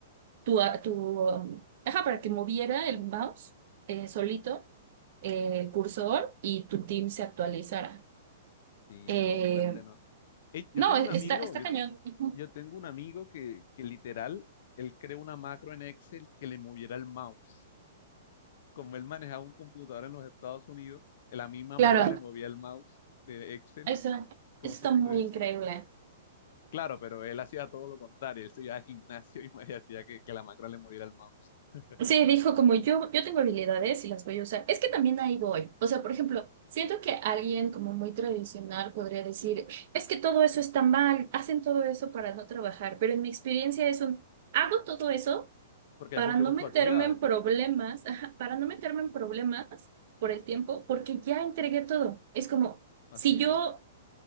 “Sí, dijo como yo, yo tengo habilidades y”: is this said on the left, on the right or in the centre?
Right